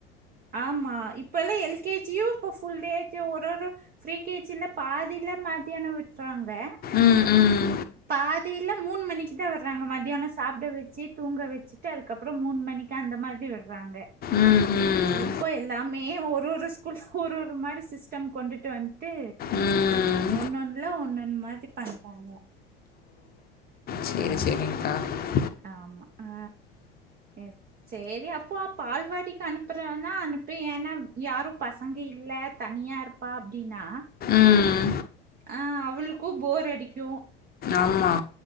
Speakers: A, on the right (about 30°); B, on the left (about 30°).
A: ஆமா இப்பெல்லா எல்கேஜியு இப்பு ஃபுல் டே <unintelligible> ஒரொரு ஃப்ரீ கேஜில பாதில மத்தியானோ விட்றாங் க
B: ம் ம்
A: பாதியில மூண் மணிக்கு தா விர்றாங்க மத்தியானோ சாப்ட வெச்சி தூங்க வெச்சுட்டு அதுக்கப்புறோ மூண் மணி க்கா அந்த மாதி விட்றாங்க
B: ம் ம்
A: இப்போ எல்லாமே ஒரு ஒரு ஸ்கூல்ஸ்கு ஒரு ஒரு மாரி சிஸ்டம் கொண்டுட்டு வந் ட்டு
B: ம்
A: ஒன்னொல்ல ஒன்னு அந்மாதிரி பண்றாங்க
B: செரி
A: ஆ
B: செரிங்க <unintelligible>
A: ஆமா அ எ சேரி அப்போ பால்வாடிக் அனுப்புறன அனுப்பு ஏன்னா யாரு பசங்க இல் த தனியா இருப்பா அப்டீனா
B: ம்
A: அ அவுளுக்கு போர் அடிக்கு
B: ஆமா